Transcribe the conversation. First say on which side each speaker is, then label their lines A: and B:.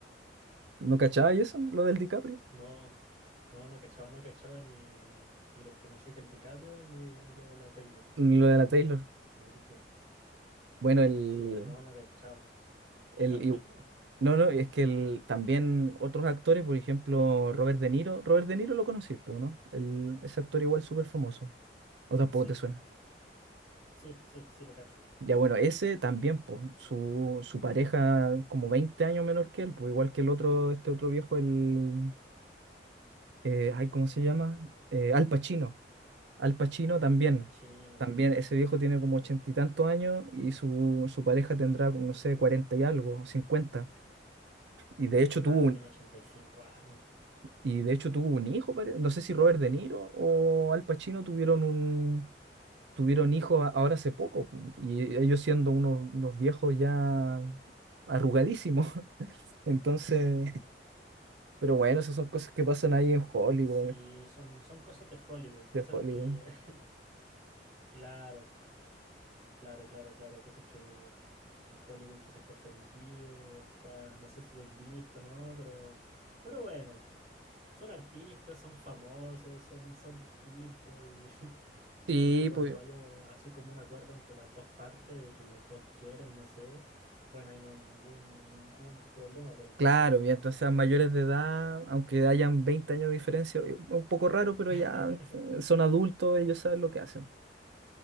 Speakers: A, on the right; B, on the right.
A: ¿No cachaba y eso? Lo del
B: Sí.
A: DiCaprio.
B: No, no, no cachaba, no cachaba ni, ni lo que me hiciste el DiCaprio ni, ni lo de la Taylor.
A: Ni lo de la Taylor.
B: Lo brígido.
A: Bueno, el,
B: Sí, no, no cachaba. Cuéntame,
A: el, y-
B: cuéntame nomás.
A: no, no, es que el- también otros actores, por ejemplo, Robert De Niro. Robert De Niro lo conocí, po, ¿no? El, ese actor igual súper famoso. O tampoco
B: Sí,
A: te suena.
B: sí, sí, sí, lo cacho.
A: Ya bueno, ese también, po, su, su pareja como 20 años menor que él, pues igual que el otro, este otro viejo, el... eh, ay, ¿cómo se llama? Eh, Al Pacino. Al Pacino también.
B: Al Pacino.
A: También ese viejo tiene como ochenta y tantos años y su, su pareja tendrá, no sé, cuarenta y algo, cincuenta. Y de hecho
B: Claro,
A: tuvo un,
B: tiene ochenta y cinco años.
A: y de hecho tuvo un hijo, pare- no sé si Robert De Niro o Al Pacino tuvieron un, tuvieron hijos a- ahora hace poco. Y ellos siendo unos, unos viejos ya arrugadísimos. <laughs> Entonces, pero bueno, esas son cosas que pasan ahí en Hollywood,
B: Sí, son, son cosas de Hollywood, cosas
A: de Hollywood.
B: que. <laughs> Claro. Claro, claro, claro. Cosas que, que en Hollywood quizás está permitido, o está, no sé si es visto, ¿no? Pero, pero bueno, son artistas, son famosos, son, son distintos. Y <laughs>
A: Sí,
B: siempre cuando
A: pues
B: haya un- así como un acuerdo entre las dos partes de que los dos quieren, no sé, bueno, ahí no hay ningún, ningún problema, pero,
A: Claro,
B: pero como...
A: y entonces a mayores de edad, aunque hayan 20 años de diferencia, es un poco raro, pero
B: <laughs>
A: ya eh, son adultos, ellos saben lo que hacen.